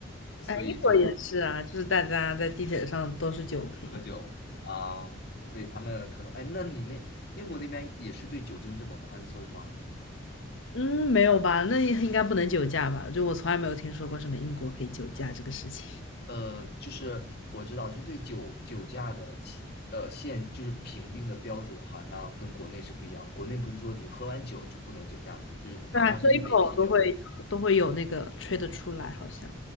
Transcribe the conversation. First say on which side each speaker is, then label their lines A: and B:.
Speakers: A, on the left (about 55°); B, on the left (about 70°).
A: 呃所以就
B: 哎，英国也是啊，就是大家在地铁上都是酒瓶。
A: 喝酒啊，所以他们可能，哎，那你那英国那边也是对酒精这么宽松吗？
B: 嗯，没有吧？那应该不能酒驾吧？就我从来没有听说过什么英国可以酒驾这个事情。
A: 呃，就是我知道，就是对酒酒驾的起呃限，就是评定的标准好像跟国内是不一样的。国内不是说你喝完酒就不能酒驾吗？就是哪怕是一杯啤酒，
B: 对啊喝一口都会都会有那个吹得出来，好像。